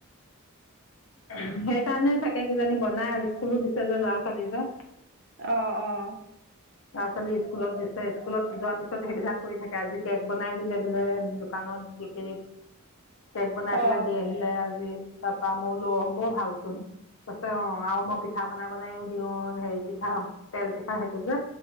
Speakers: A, on the left; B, on the right.
A: <unintelligible> সেই কাৰণে থাকে কিজানি বনাই <unintelligible> স্কুলো দিছে যে ল'ৰা ছোৱালী যে
B: অ' অ'।
A: ল'ৰা ছোৱালী স্কুলত দিছে, স্কুলত যোৱাৰ পিছত সেইবিলাক কৰি থাকে, আজি কেক বনাই দিলে বোলে দোকানত, বেকেৰীত কেক বনাই
B: অ
A: পেলাই দি আহিলে আজি। তা পা মই বোলোঁ অ' বৰ ভালচোন, কৈছে অ' আৰু মই পিঠা বনাই বনাইও দিওঁ হেৰি পিঠা তেল পিঠা সেইটো যে